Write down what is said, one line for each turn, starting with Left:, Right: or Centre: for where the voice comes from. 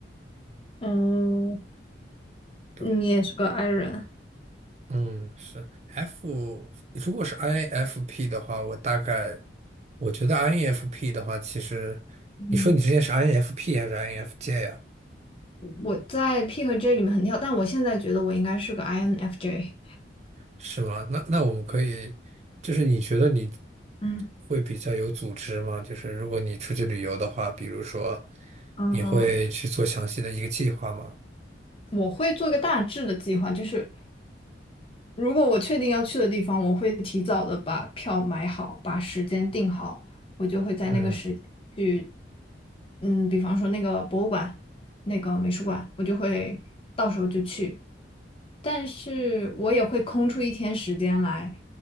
Left: 哦，你也是个
Right: 对。
Left: i 人。
Right: 嗯，是 F，如果是 INFP 的话，我大概。我觉得 INFP 的话，其实
Left: 嗯。
Right: 你说你之前是 INFP 还是 INFJ 呀？
Left: 我在 P 和 J 里面很跳，但我现在觉得我应该是个 INFJ。
Right: 是吗？那那我们可以，就是你觉得你
Left: 嗯
Right: 会比较有组织吗？就是如果你出去旅游的话，比如说
Left: 嗯、
Right: 你会去做详细的一个计划吗？
Left: 我会做一个大致的计划，就是如果我确定要去的地方，我会提早的把票买好，把时间定好，我就会在那个时间去，
Right: 嗯，
Left: 嗯，比方说那个博物馆、那个美术馆，我就会到时候就去。但是我也会空出一天时间来，